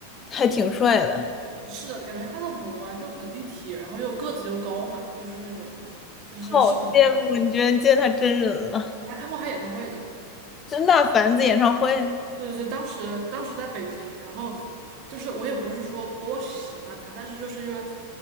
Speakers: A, on the left (about 25°); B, on the right (about 40°).
A: 还挺帅的，
B: 是的，感觉他的五官就很立体，然后又个子又高嘛，就是那种就是是挺出来的。
A: 好羡慕你居然见他真人了，
B: 我还看过他演唱会的，
A: 真大凡子演唱会，
B: 就是当时当时在北京，然后就是我也不是说多喜欢他，但是就是因为